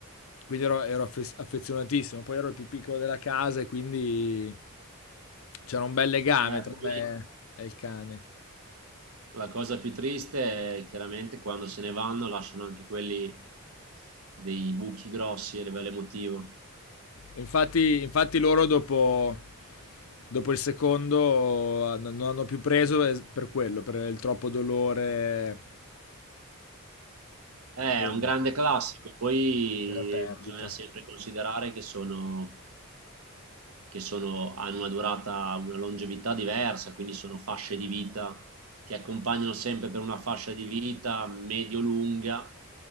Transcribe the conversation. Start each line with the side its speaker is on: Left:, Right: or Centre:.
Left: quindi ero, ero affe- affezionatissimo. Poi ero il più piccolo della casa e quindi c'era un bel legame
Right: Eh,
Left: tra
Right: poi
Left: me e il cane.
Right: la cosa più triste è chiaramente quando se ne vanno lasciano anche quelli dei buchi grossi a livello emotivo.
Left: E Infatti, infatti loro dopo, dopo il secondo hanno- non hanno più preso es- per quello, per il troppo dolore
Right: Eh,
Left: eh,
Right: È un grande classico, poi
Left: della perdita.
Right: bisogna sempre considerare che sono, che sono- hanno una durata, una longevità diversa, quindi sono fasce di vita, ti accompagnano sempre per una fascia di vita medio-lunga